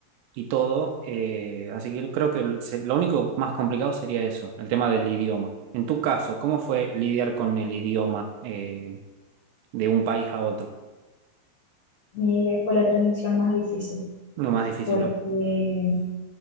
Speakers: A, on the right; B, on the left.
A: y todo, eh, así que creo que el- se- lo único más complicado sería eso, el tema del idioma. En tu caso, ¿cómo fue lidiar con el idioma eh, de un país a otro?
B: Eh, fue la transición más difícil.
A: Lo más difícil,
B: porque
A: ¿no?